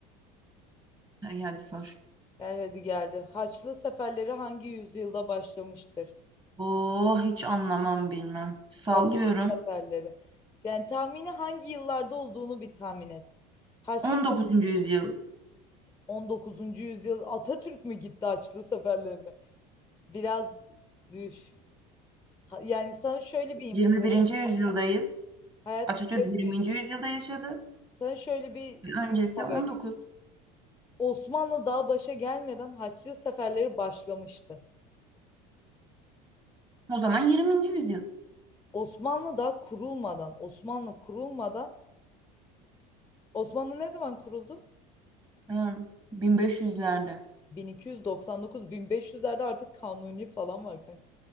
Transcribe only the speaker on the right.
Ay hadi sor.
Oh hiç anlamam bilmem. Sallıyorum.
19. yüzyıl,
21. yüzyıldayız.
Atatürk
20.
yüzyılda yaşadı.
Öncesi
19.
O zaman 20. yüzyıl.
Hmm, 1500'lerde.